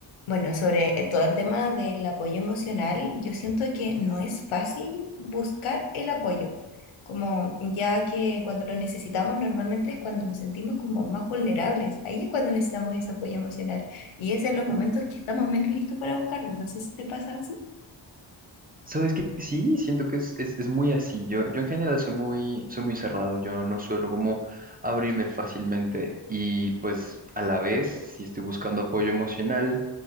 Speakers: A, on the left; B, on the right.
A: Bueno, sobre eh, todo el tema del apoyo emocional, yo siento que no es fácil buscar el apoyo, como ya que cuando lo necesitamos normalmente es cuando nos sentimos como más vulnerables, ahí es cuando necesitamos ese apoyo emocional y es en los momentos que estamos menos listos para buscarlo, no sé si te pasa así.
B: Sabes que sí, siento que es, es, es muy así. Yo, yo en general soy muy, soy muy cerrado. Yo no suelo como abrirme fácilmente. Y pues a la vez, si estoy buscando apoyo emocional,